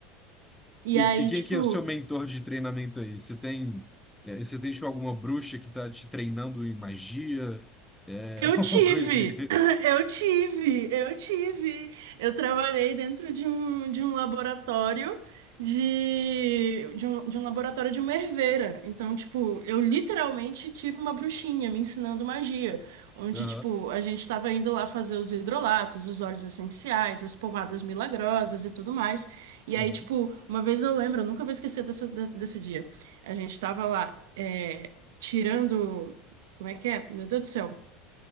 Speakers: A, on the right (about 75°); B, in the centre.
A: E
B: E,
A: aí,
B: e quem
A: tipo.
B: que é o seu mentor de treinamento aí? Você tem, é, você tem tipo, alguma bruxa que tá te treinando em magia? É,
A: Eu
B: <laughs> alguma
A: tive,
B: coisa assim.
A: <clears throat> eu tive, eu tive. Eu trabalhei dentro de um, de um laboratório de, de um, de um laboratório de uma herveira. Então, tipo, eu literalmente tive uma bruxinha me ensinando magia, onde,
B: <laughs> Aham,
A: tipo, a gente estava indo lá fazer os hidrolatos, os óleos essenciais, as pomadas milagrosas e tudo mais. E
B: uhum,
A: aí, tipo, uma vez eu lembro, eu nunca vou esquecer dessa- desse, desse dia. A gente tava lá, é, tirando. Como é que é? Meu Deus do céu